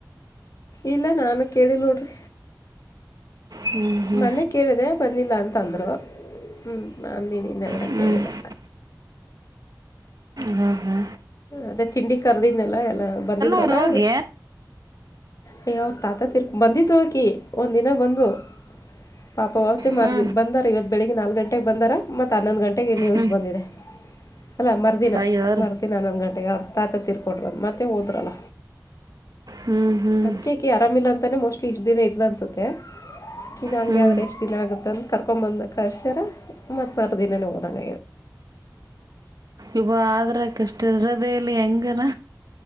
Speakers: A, on the left; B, on the right.
A: ಇಲ್ಲ ನಾನು ಕೇಳಿಲ್ ನೋಡ್ರಿ
B: ಹ್ಞೂ ಹ್ಞೂ
A: ಮನೆ ಕೇಳಿದೆ ಬಂದಿಲ್ಲ ಅಂತ ಅಂದರು ಹ್ಞೂ ನಾನು ನೀ ಇನ್ನದರೆ
B: ಹ್ಞೂ
A: ಕೇಳಿಲ್ಲ
B: ಹಾ ಹಾ
A: ಅದೇ ತಿಂಡಿ ಕರದೀದಲ್ ಎಲ್ಲ ಬಂದಿದ್ರಲ್ಲಾ
B: ಅವ್ರು ಹೋಗಿ
A: ಅಯ್ಯೊ ಅವ್ರ್ ತಾತ ತಿರ್ಕ ಬಂದಿದ್ಳಕಿ ಒಂದ್ ದಿನ ಬಂದು ಪಾಪ ಅವ
B: ಹ್ಞೂ
A: ಮಾರ್ದಿ ಬಂದಾರ ಬೆಳಿಗ್ಗೆ ನಾಲ್ಕು ಗಂಟೆಗೆ ಬಂದಾರ ಮತ್ತ್ ಹನ್ನೊಂದು ಗಂಟೆಗೆನ್ಯೂಸ್
B: ಹ್ಞೂ
A: ಬಂದಿದೆ ಅಲ್ಲ ಮರುದಿನ
B: ಅಯ್ಯೋ
A: ನನ್ ಹನ್ನೊಂದ್ ಗಂಟೆಗೆ ಅವ್ರ ತಾತ ತೀರ್ಕೊಂಡ್ರ್ ಮತ್ತೆ ಹೋದ್ರಲ್ಲ
B: ಹ್ಮ್ ಹ್ಮ್
A: ಅದಕ್ಕೆ ಆಕಿ ಆರಾಮಿಲ್ಲ ಅಂತಾನೆ ಮೋಸ್ಟ್ಲಿ ಇಷ್ಟ ದಿನ ಇದ್ಲ್ ಅನ್ಸತ್ತೆ ಇನಂಗೆ
B: ಹ್ಮ್
A: ಆದ್ರೆ ಎಷ್ಟ ದಿನ ಆಗುತ್ತಂದ ಕರ್ಕೊಂಡ್ ಬಂದ ಕಳರ್ಸ್ಯಾರ ಮತ್ತ ಮರ್ ದಿನನೇ ಹೋದಂಗ
B: ಇಬ್ರು ಆದ್ರಕಷ್ಟ ಇರದೇ ಇಲಿ ಹೆಂಗನ